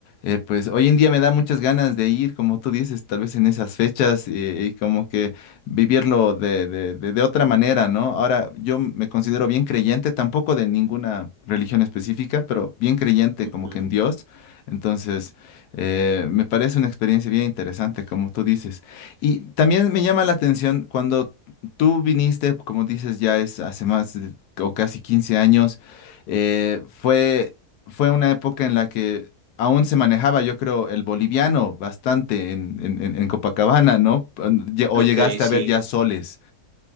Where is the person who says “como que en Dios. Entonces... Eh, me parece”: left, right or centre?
Left